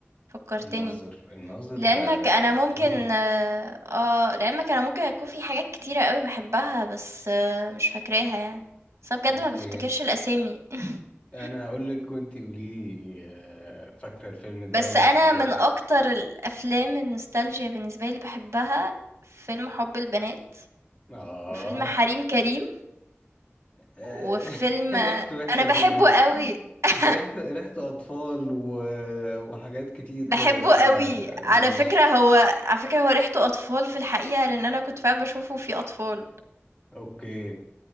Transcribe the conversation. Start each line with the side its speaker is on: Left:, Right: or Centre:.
Right: فكرتني
Left: الناظر الناظر
Right: لعلمك
Left: آه،
Right: انا
Left: أسطورة
Right: ممكن اه آه، لعلمك انا ممكن يكون في حاجات كتيرة قوي بحبها بس آه، مش فاكراها يعني بس أنا بجد
Left: أوكي
Right: ما بفتكرش الاسامي <laughs>
Left: أنا هقولك وأنتي قوليلي آه، فاكرة الفيلم ده
Right: بس
Left: وبتحبيه
Right: انا من
Left: ولا لأ
Right: اكتر الافلام النوستالجيا بالنسبه لي اللي بحبها فيلم حب البنات
Left: آه
Right: وفيلم حريم كريم
Left: آه،
Right: وفيلم
Left: <laughs> ريحته وحشة
Right: انا
Left: الفيلم
Right: بحبه قوي <laughs>
Left: ده ريحته ريحته أطفال و- وحاجات كتير
Right: بحبه
Left: كده لأ ما
Right: قوي على
Left: مش
Right: فكره هو على فكره هو ريحته اطفال في الحقيقه لان انا كنت فعلا بشوفه فيه اطفال
Left: أوكي